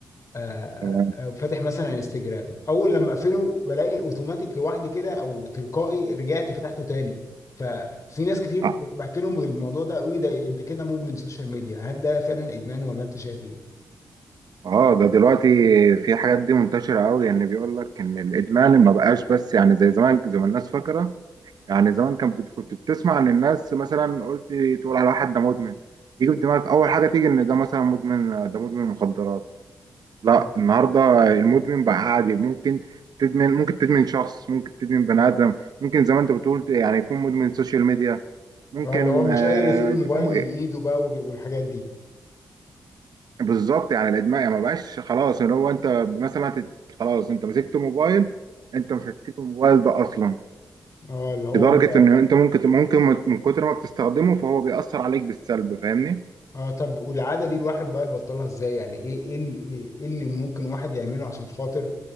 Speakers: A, on the left; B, on the right.
A: آه،
B: تمام
A: آه، آه، فاتح مثلا انستجرام اول لما اقفله بلاقي اوتوماتيك لوحدي كده او تلقائي رجعت فتحته تاني ففي ناس كتير
B: اه
A: كنت بحكي لهم الموضوع ده قوي ده انت كده مدمن سوشيال ميديا هل ده فعلا ادمان ولا انت شايف
B: آه، ده دلوقتي في حاجات دي منتشرة قوي يعني بيقول لك ان الادمان ما بقاش بس يعني زي زمان زي ما الناس فاكرة يعني زمان كان بت- كنت بتسمع ان الناس مثلا قلت تقول على واحد ده مدمن يجي في دماغك اول حاجة تيجي ان ده مثلا مدمن ده مدمن مخدرات لا
A: ايه؟
B: النهاردة المدمن بقى عادي ممكن تدمن ممكن تدمن شخص ممكن تدمن بني ادم ممكن زي ما انت بتقول يعني يكون مدمن سوشيال ميديا ممكن
A: اه اللي هو مش
B: آه،
A: قادر يسيب الموبايل
B: تكون
A: من ايده بقى وج- والحاجات دي
B: بالظبط يعني الادمان يعني ما بقاش خلاص ان هو انت مثلا هتت- خلاص انت مسكت موبايل انت مش هتسيب الموبايل ده اصلا
A: اه اللي هو
B: لدرجه
A: انت
B: ان انت ممكن ممكن من كتر ما بتستخدمه فهو بيأثر عليك بالسلب فاهمني
A: اه طب والعادة دي الواحد بقى يبطلها ازاي يعني ايه ايه ال- ايه إيه اللي ممكن واحد يعمله عشان خاطر